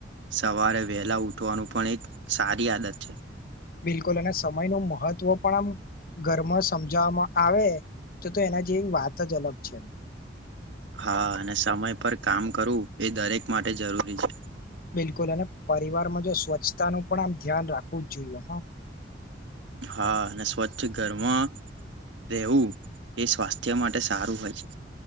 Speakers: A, on the right; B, on the left.
A: સવારે વહેલા ઉઠવાનું પણ એક સારી આદત છે.
B: બિલકુલ અને સમય નો મહત્વ પણ આમ ઘરમાં સમજાવવામાં આવે તો તો એના જેવી વાત જ અલગ છે
A: હા અને સમય પર કામ કરવું એ દરેક માટે જરૂરી છે.
B: બિલકુલ અને પરિવારમાં જો સ્વચ્છતા નુ પણ આમ ધ્યાન રાખવું જ જોઈએ.
A: હા અને સ્વચ્છ ઘરમાં રહેવું એ સ્વાસ્થ્ય માટે સારું હોય છે.